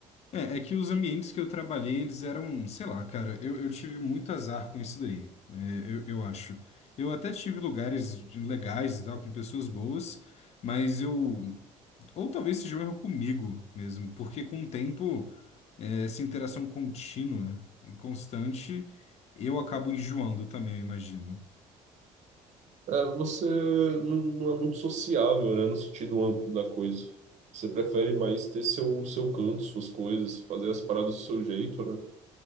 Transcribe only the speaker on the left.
É, é que os ambientes que eu trabalhei, eles eram, sei lá, cara, eu, eu tive muito azar com isso daí, é, eu, eu acho. Eu até tive lugares de- legais e tal, com pessoas boas, mas eu. Ou talvez seja um erro comigo mesmo, porque com o tempo, é, essa interação contínua e constante, eu acabo enjoando também, eu imagino.